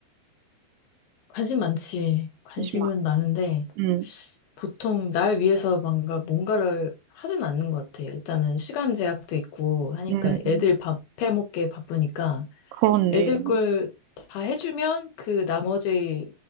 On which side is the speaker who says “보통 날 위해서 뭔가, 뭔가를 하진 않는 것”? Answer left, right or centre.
Left